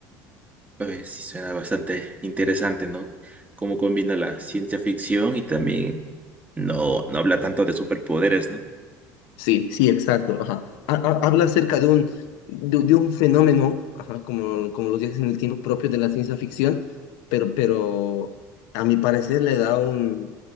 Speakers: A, on the right; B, on the left.
A: Oye, sí, suena bastante interesante, ¿no? Cómo combina la ciencia ficción y también no, no habla tanto de superpoderes, ¿no?
B: Sí, sí, exacto. Ajá. Ha- ha- Habla acerca de un, de, de un fenómeno, ajá, como, como los viajes en el tiempo propio de la ciencia ficción, pero, pero a mi parecer le da un,